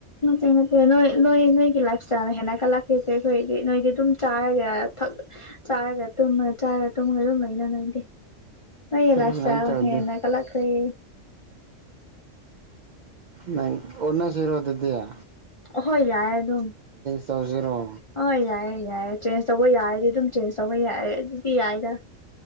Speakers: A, on the left; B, on the right.
A: ꯍꯦꯡ ꯅꯦ ꯅꯣꯏ ꯅꯣꯏ ꯅꯣꯏꯒꯤ ꯂꯥꯏꯐ ꯏꯁꯇꯥꯏꯜꯅ ꯍꯦꯟꯅ ꯀꯠꯂꯛꯀꯁꯦ ꯑꯩꯈꯣꯏꯗꯤ ꯅꯣꯏꯗꯤ ꯑꯗꯨꯝ ꯆꯥꯔꯒꯛ ꯆꯥꯔꯒ ꯇꯨꯝꯃ ꯆꯥꯔ ꯇꯨꯝꯉ ꯑꯗꯨꯝ ꯏꯩꯅ ꯅꯪꯗꯦ ꯅꯂ
B: ꯑꯗꯨꯃꯥꯏꯅ
A: ꯑꯁ
B: ꯇꯧꯔꯗꯤ
A: ꯍ ꯅ ꯀꯂ ꯀꯩ
B: ꯅꯪ ꯑꯣꯟꯅ ꯁꯤꯔꯣ ꯑꯗꯨꯗ
A: ꯑꯍꯣꯏ ꯌꯥꯔꯦ ꯑꯗꯨꯝ
B: ꯇꯧꯁꯤꯔꯣ
A: ꯑꯣ ꯌꯥꯏꯌꯦ ꯌꯥꯏ ꯆꯦꯟꯖ ꯇꯧꯕ ꯌꯥꯏꯌꯦ ꯑꯗꯨ ꯑꯗꯨ ꯆꯦꯟꯖ ꯇꯧꯕ ꯌꯥꯏ ꯑꯗꯨꯗꯤ ꯌꯥꯏꯗ